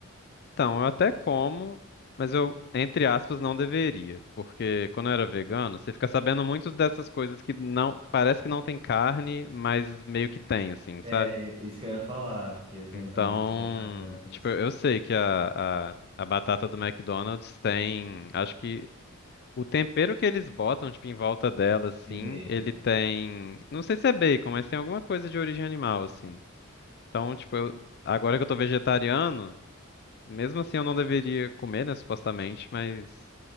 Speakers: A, on the left; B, on the right.
A: Então, eu até como, mas eu, entre aspas, não deveria. Porque quando eu era vegano, você fica sabendo muito dessas coisas que não, parece que não tem carne, mas meio que tem, assim,
B: É,
A: sabe?
B: é isso que eu ia falar, porque eu tenho
A: Então,
B: uns amigos vegetarianos
A: tipo, eu eu sei que a, a, a batata do McDonald's tem, acho que o tempero que eles botam, tipo, em volta dela, assim,
B: em bacon.
A: ele tem, não sei se é bacon, mas tem alguma coisa de origem animal, assim. Então, tipo, eu, agora que eu tô vegetariano, mesmo assim, eu não deveria comer, né, supostamente, mas